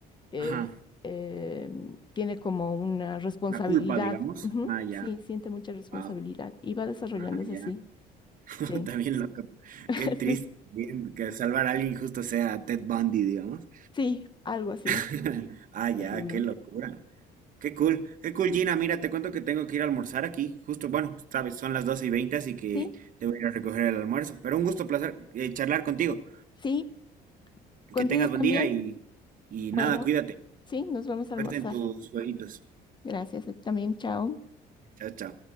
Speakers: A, on the left (about 25°); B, on the right (about 50°).
A: es,
B: Ajá,
A: eh, tiene como una responsabilidad.
B: la culpa, digamos.
A: Ujú,
B: Ah, ya,
A: Sí, siente mucha responsabilidad
B: wow.
A: y va desarrollándose
B: Ah, ya.
A: así.
B: <laughs>
A: Sí,
B: También loco.
A: <laughs>
B: Qué triste.
A: sí,
B: Bien, que salvar a alguien justo sea Ted Bundy, digamos.
A: sí, algo así.
B: <laughs> Ah, ya,
A: Terrible.
B: qué locura. Qué cool, qué cool, Gina. Mira, te cuento que tengo que ir a almorzar aquí. Justo, bueno, sabes, son las 12 y 20, así que
A: Sí,
B: debo ir a recoger el almuerzo. Pero un gusto, placer eh, charlar contigo.
A: sí, contigo
B: Que tengas
A: también.
B: buen día y, y
A: Bueno,
B: nada, cuídate.
A: sí, nos vamos a almorzar.
B: Suerte en tus jueguitos.
A: Gracias, eh, también, chao.
B: Chao, chao.